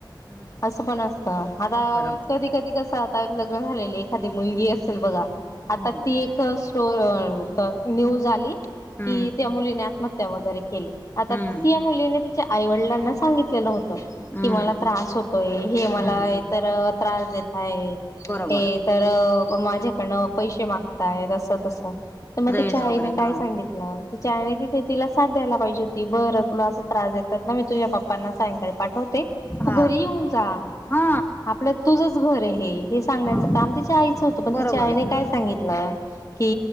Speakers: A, on the left (about 25°); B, on the left (about 40°).
A: हम्म
B: असं पण असतं आता
A: बरोबर
B: कधी कधी कसं आता लग्न झालेले एखादी मुलगी असेल बघा. आता
A: हो
B: ती एक <unintelligible> न्यूज आली
A: हम्म
B: कि त्या मुलीने आत्महत्या वगैरे केली. आता
A: हम्म
B: त्या मुलीने तिच्या आईवडिलांनाच सांगितलेलं होत
A: हम्म
B: की मला त्रास होतोय हे मला
A: हम्म
B: एतर त्रास देतायत.
A: बरोबर
B: हे तर माझ्याकनं पैसे माग तायत अस
A: हम्म
B: तस त मग
A: दहेज
B: तिच्या
A: वगैरे
B: आईने काय
A: हा
B: सांगितलं तिच्या आईनं तिथ तिला साथ द्यायला पाहिजे होती बरं तुला अस त्रास देतायत ना मी तुझ्या पप्पांना सांगाय पाठवते तू
A: हा
B: घरी येऊन जा.
A: हा
B: आपलं तुझच घर हे हे सांगण्यायचं
A: मग
B: काम तिच्या आईचं होतं पण
A: बरोबर
B: तिच्या आईने
A: आहे हम्म
B: काय सांगितलं कि